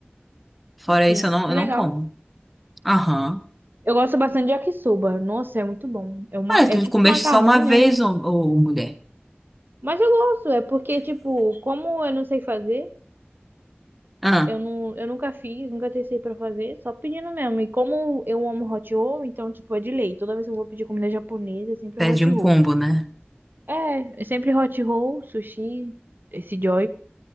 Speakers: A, in the centre; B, on the right.
A: Fora
B: sim.
A: isso, eu não,
B: Que
A: eu
B: legal.
A: não como. Aham.
B: Eu gosto bastante de yakisoba. Nossa, é muito bom. É uma,
A: Olha,
B: é
A: tu
B: tipo
A: comeste
B: macarrão,
A: só uma
B: né?
A: vez, ô, ô, mulher.
B: Mas eu gosto, é porque, tipo, como eu não sei fazer,
A: Ah,
B: eu, não, eu nunca fiz, nunca testei pra fazer, só pedindo mesmo. E como eu amo hot roll, então, tipo, é de lei. Toda vez que eu vou pedir comida japonesa, é sempre
A: pede
B: hot
A: um
B: roll.
A: combo, né?
B: É, é sempre hot roll, sushi, esse joy.